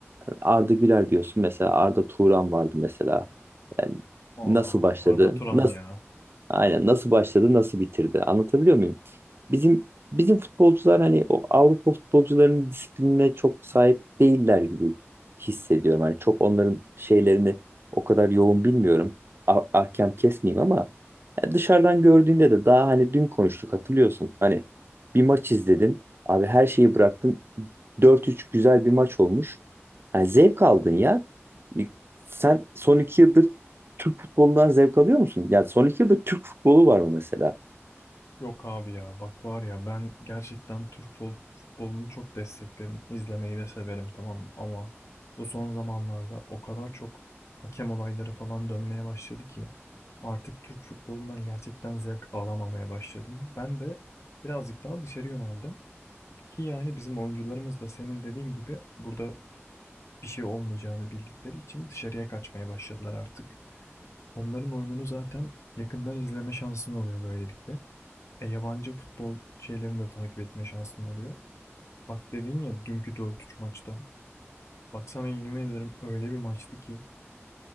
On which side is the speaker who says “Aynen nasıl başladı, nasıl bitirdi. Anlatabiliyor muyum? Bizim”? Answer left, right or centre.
Right